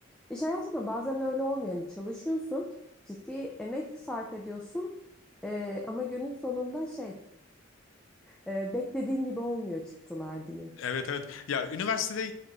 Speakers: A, in the centre; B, on the left (about 80°).
A: İş hayatında bazen öyle olmuyor. Hani çalışıyorsun, ciddi emek sarf ediyorsun e, ama günün sonunda şey e, beklediğin gibi olmuyor çıktılar diyeyim.
B: Evet evet. Ya üniversitede